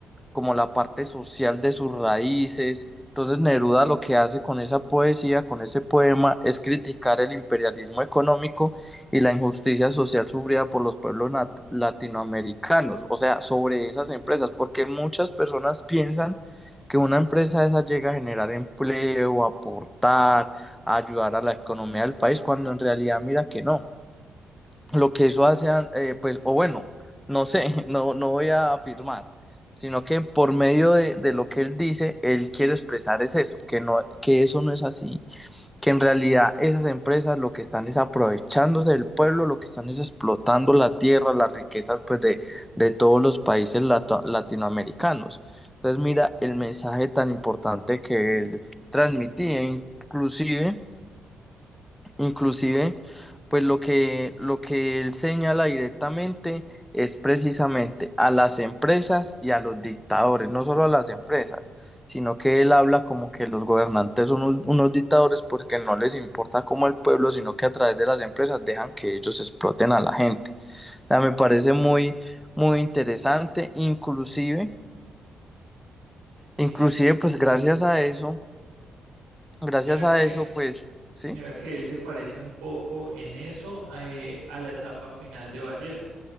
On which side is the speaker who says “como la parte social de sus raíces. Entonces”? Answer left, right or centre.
Centre